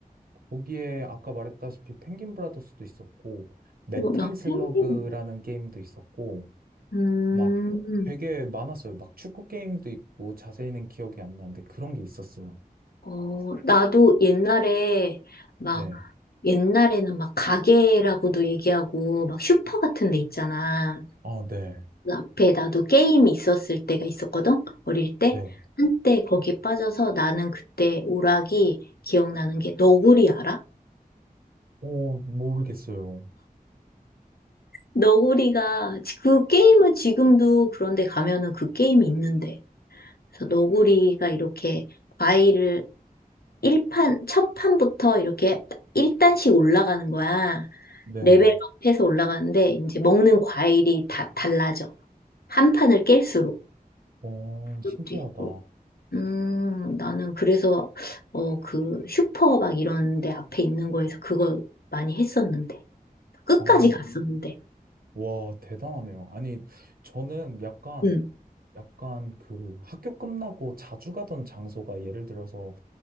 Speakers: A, on the right (about 75°); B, on the left (about 85°).
A: 거기에 아까 말했다시피 펭귄 브라더스도 있었고, 메탈
B: 어, 나
A: 슬러그라는
B: 펭귄.
A: 게임도 있었고,
B: 음,
A: 막 되게 많았어요. 막 축구 게임도 있고 자세히는 기억이 안 나는데 그런 게 있었어요.
B: 어, 나도 옛날에 막,
A: 네.
B: 옛날에는 막 가게라고도 얘기하고, 막 슈퍼 같은 데 있잖아.
A: 아, 네.
B: 그 앞에 나도 게임이 있었을 때가 있었거든? 어릴 때.
A: 네.
B: 한때 거기에 빠져서 나는 그때 오락이 기억나는 게 너구리 알아?
A: 오, 모르겠어요.
B: 너구리가, 지- 그 게임은 지금도 그런데 가면은 그 게임이 있는데. 그래서 너구리가 이렇게 과일을 일판첫 판부터 이렇게 1단씩 올라가는 거야.
A: 네.
B: 레벨업해서 올라가는데 이제 먹는 과일이 다 달라져. 한 판을 깰수록.
A: 어,
B: 그것도
A: 신기하다.
B: 있고. 음, 나는 그래서, 어, 그, 슈퍼 막 이런 데 앞에 있는 거에서 그거 많이 했었는데. 끝까지
A: 아,
B: 갔었는데.
A: 와, 대단하네요. 아니, 저는 약간,
B: 응,
A: 약간 그 학교 끝나고 자주 가던 장소가 예를 들어서